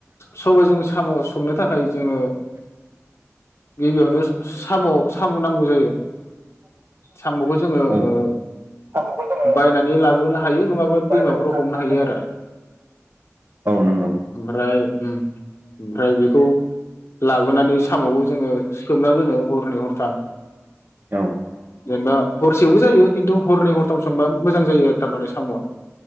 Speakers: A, on the left (about 55°); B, on the right (about 50°).
A: सबायजों साम' संनो थाखाय जोङो गिबियावनो साम' साम' नांगौ जायो साम'खौ जोङो
B: औ
A: ओ
B: साम'खौ जोङो
A: बायनानै लाबोनो हायो नङाबा
B: बायनानै
A: दैमाफोराव
B: लाबोनो
A: हमनो हायो आरो।
B: औ नंगौ।
A: ओमफ्राय ओम‌‌ ओमफ्राय बेखौ लाबोनानै साम'खौ जोङो सोबना दोनो हरनै हरथाम
B: औ
A: जेनेबा हरसेयावबो जायो खिन्थु हरनै हरथाम सोमबा मोजां जायो थारमाने साम'आ।